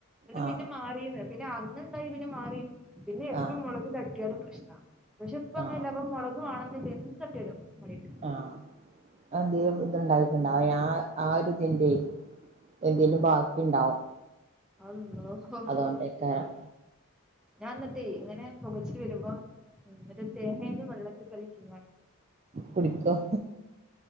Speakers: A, in the centre; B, on the right.
A: അത്
B: ആ
A: പിന്നെ മാറിയന്ന് പിന്നെ അന്നുണ്ടായി പിന്നെ മാറി പിന്നെ എപ്പം
B: ആ
A: മുളക് തട്ടിയാലും പ്രശ് പക്ഷെ ഇപ്പ അങ്ങനെല്ല
B: ആ
A: ഇപ്പ മുളക് വേണന്നില്ല എന്ത് തട്ടിയാലും പണി കിട്ടും
B: ആ അന്ത് ഇത്ണ്ടായിട്ടുണ്ട ആ ആ ഒരു ഇതിന്റെ എന്തേലും ബാക്കി ഉണ്ടാവും.
A: അള്ളോ
B: അതുകൊണ്ടേക്കാരം.
A: ഞാൻ എന്നിട്ടേ ഇങ്ങനെ പുകച്ചില് വരുമ്പോ മറ്റേ തെങ്ങൻ്റെ വെള്ളത്തിൽ കളിക്ക
B: കുടിക്കും.